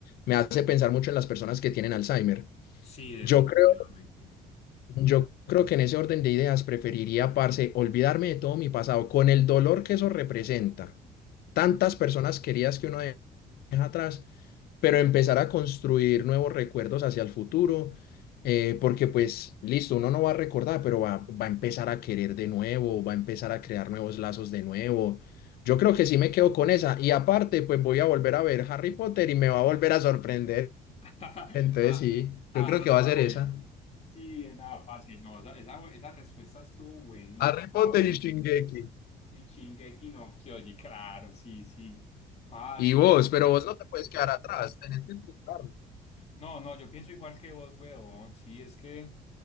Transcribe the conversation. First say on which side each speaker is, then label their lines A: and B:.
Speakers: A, on the left; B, on the left.
A: me hace pensar mucho en las personas que tienen Alzheimer.
B: sí, definitivamente.
A: Yo creo Yo creo que en ese orden de ideas preferiría, parce, olvidarme de todo mi pasado, con el dolor que eso representa. Tantas personas queridas que uno de- deja atrás, pero empezar a construir nuevos recuerdos hacia el futuro, eh, porque pues listo, uno no va a recordar, pero va, va a empezar a querer de nuevo, va a empezar a crear nuevos lazos de nuevo. Yo creo que sí me quedo con esa. Y aparte, pues voy a volver a ver Harry Potter y me va a volver a sorprender.
B: <laughs>
A: Entonces
B: Ah,
A: sí, yo
B: ah,
A: creo
B: esa
A: que
B: está
A: va a ser
B: buena.
A: esa.
B: Sí, nada, parce. No, esa, esa, esa respuesta estuvo buenísima.
A: Harry Potter y Shingeki.
B: Y Shingeki no Kyoji, claro, sí, sí. Parce.
A: Y vos, pero vos no te puedes quedar atrás, tenés que explicarme.
B: No, no, yo pienso igual que vos, weón. Sí, es que